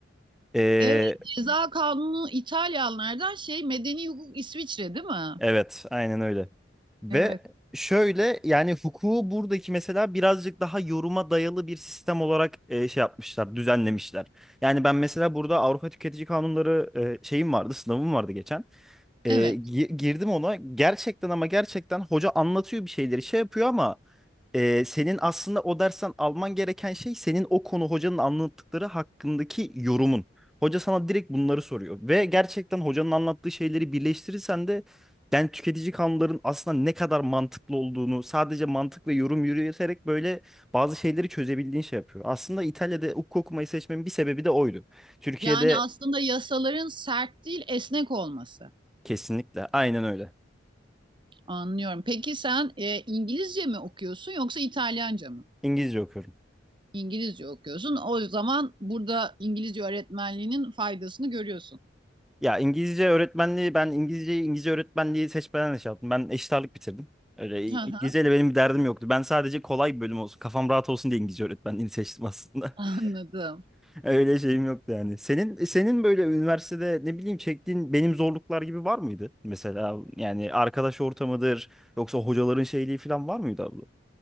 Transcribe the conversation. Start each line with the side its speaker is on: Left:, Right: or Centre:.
Centre: E,
Right: Evet, ceza kanunu İtalyanlardan şey medeni hukuk İsviçre değil mi?
Centre: evet, aynen öyle. Ve
Right: Evet.
Centre: şöyle yani hukuku buradaki mesela birazcık daha yoruma dayalı bir sistem olarak e, şey yapmışlar, düzenlemişler. Yani ben mesela burada Avrupa Tüketici Kanunları e, şeyim vardı, sınavım vardı geçen. E,
Right: Evet.
Centre: gi- girdim ona gerçekten ama gerçekten hoca anlatıyor bir şeyleri şey yapıyor ama ee, senin aslında o dersten alman gereken şey senin o konu hocanın anlattıkları hakkındaki yorumun. Hoca sana direkt bunları soruyor ve gerçekten hocanın anlattığı şeyleri birleştirirsen de ben tüketici kanunların aslında ne kadar mantıklı olduğunu sadece mantık ve yorum yürüterek böyle bazı şeyleri çözebildiğin şey yapıyor. Aslında İtalya'da hukuk okumayı seçmemin bir sebebi de oydu. Türkiye'de
Right: Yani aslında yasaların sert değil esnek olması.
Centre: kesinlikle aynen öyle.
Right: Anlıyorum. Peki sen e, İngilizce mi okuyorsun yoksa İtalyanca mı?
Centre: İngilizce okuyorum.
Right: İngilizce okuyorsun. O zaman burada İngilizce öğretmenliğinin faydasını görüyorsun.
Centre: Ya İngilizce öğretmenliği ben İngilizceyi İngilizce öğretmenliği seçmeden de şey yaptım. Ben eşit ağırlık bitirdim. Öyle İ-
Right: Hı hı,
Centre: İngilizceyle benim bir derdim yoktu. Ben sadece kolay bir bölüm olsun, kafam rahat olsun diye İngilizce öğretmenliğini seçtim aslında.
Right: Anladım.
Centre: <laughs> Öyle şeyim yoktu yani. Senin senin böyle üniversitede ne bileyim çektiğin benim zorluklar gibi var mıydı? Mesela yani arkadaş ortamıdır yoksa hocaların şeyliği falan var mıydı abla?